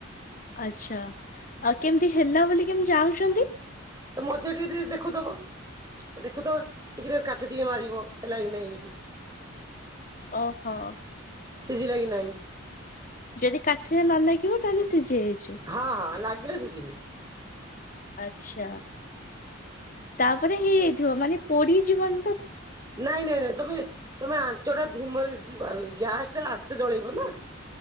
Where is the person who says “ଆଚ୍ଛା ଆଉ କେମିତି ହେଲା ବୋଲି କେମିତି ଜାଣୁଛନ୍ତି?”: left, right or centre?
Left